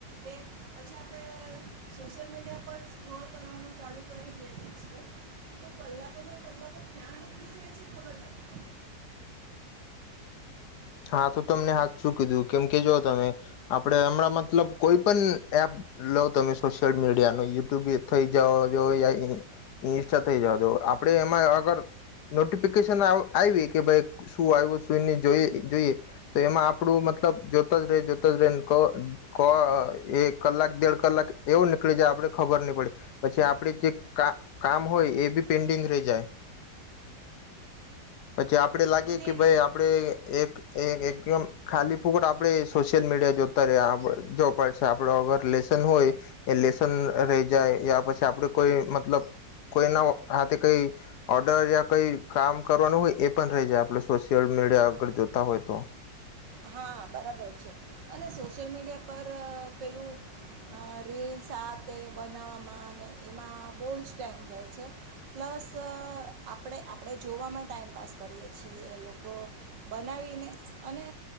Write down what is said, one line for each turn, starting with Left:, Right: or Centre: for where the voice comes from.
Right: કે પછી આપણેે સોશિયલ મીડિયા પર સ્ટ્રોલ કરવાનું ચાલુ કરી દેવે છે તો કલાકોમાં કલાકો ક્યાં નીકળી જાય છે ખબર નથી પડતી
Left: હા તો તમને હાચુ કીધું કેમ કે જોઓ તમે આપડે હમણાં મતલબ કોઈ પણ એપ લોવ તમે સોશિયલ મીડિયાનું યુટ્યુબ થઇ જવા જો યા ઈ ઇન્સ્ટા થઈ જવા જો આપડે એમાં આગળ નોટિફિકેશન આવ આયવી કે ભાઈ શું આયવું શું ન જોઈએ જોઈએ તો એમાં આપડું મતલબ જોતા જ રે જોતા જ રે ન ક ક એ કલાક દેડ કલાક એવું નીકળી જાય આપણે ખબર નહી પડે પછી આપડ જે કા કામ હોય એ બી પેન્ડિંગ રહી જાય પછી આપ આપડે લાગે
Right: અને
Left: કે
Right: એના
Left: ભાઈ આપડે એ એકદમ ખાલી ફુકટ આપડે સોશિયલ મીડિયા જોતા રે આપ જોવા પડશે આપડ અગર લેસન હોય એ લેસન રહી જાય યા પછી આપડ કોઈ મતલબ કોઈના હાથે કઈ ઓર્ડર યા કઈ કામ કરવાનું હોય એ પણ રહી જાય આપડ સોશિયલ મીડિયા આગળ જોતા હોય તો
Right: હા બરાબર છે અને સોશિયલ મીડિયા પર પેલું અ રીલ્સ આ તે બનાવવામાં અને એમાં બહુ જ ટાઈમ જાય છે. પ્લસ આપણે આપણે જોવામાં ટાઈમપાસ કરીએ છીએ, લોકો બનાવીને અને